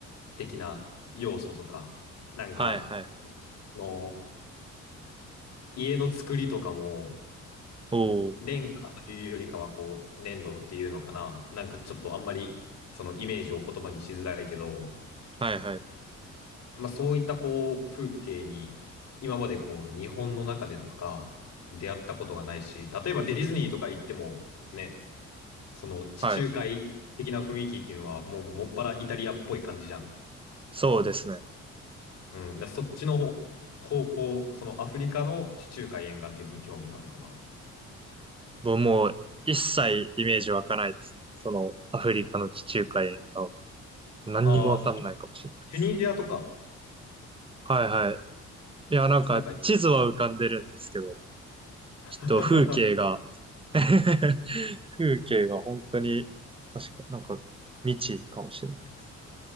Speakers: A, on the left; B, on the right.
A: 的な要素とか、なんか、
B: はい、はい、はい。
A: あの、家の作りとかも、
B: おー、
A: レンガというよりかはこう、粘土っていうのかな、なんかちょっとあんまり、そのイメージを言葉にしづらいけど、
B: はい、はい、
A: まあ、そういったこう風景に今までこう日本の中でとか出会ったことがないし、例えばディズニーとか行ってもね、その地中海的な雰囲気っていうのはもうもっぱらイタリアっぽい感じじゃん。
B: はい。そうですね。
A: うん、だからそっちの方向、そのアフリカの地中海沿岸っていうのに興味があるかな。
B: もう、もう一切イメージ湧かないですね。そのアフリカの地中海沿岸も。何にもわかんないかもしれないです。
A: ああ、チュチュニジアとか、
B: はいはい。いや、なんか地図は浮かんでるんですけど、
A: なんか <laughs>
B: ちょっと風景が <laughs> 風景が本当に、確か、なんか未知かもしれない。